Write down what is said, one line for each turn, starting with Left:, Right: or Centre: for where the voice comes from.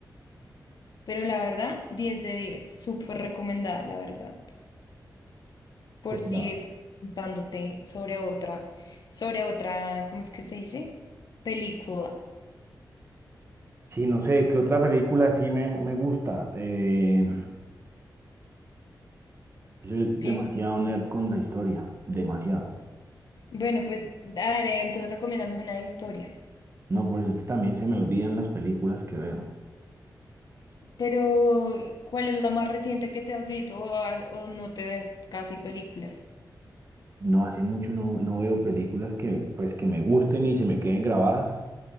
Left: pero la verdad, 10 de 10, Súper recomendada, la verdad. Por
Right: Pues
Left: si
Right: la...
Left: estás preguntándote sobre otra, sobre otra, ¿cómo es que se dice? Película.
Right: Sí, no sé, ¿qué otra película sí me, me gusta? Eh, soy demasiado
Left: Bien.
Right: nerd con la historia, demasiado.
Left: Bueno, pues, a ver, eh, entonces recomiéndame una historia.
Right: No, por eso es que también se me olvidan las películas que veo.
Left: Pero, ¿cuál es la más reciente que te has visto? O, has- o no te ves casi películas.
Right: No hace mucho no, no veo películas que, pues, que me gusten y se me queden grabadas